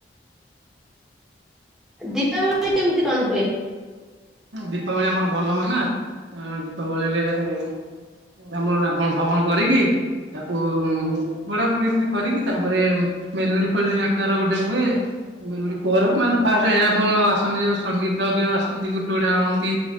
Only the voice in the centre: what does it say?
ଦୀପାବଳି କେମତି କଣ ହୁଏ।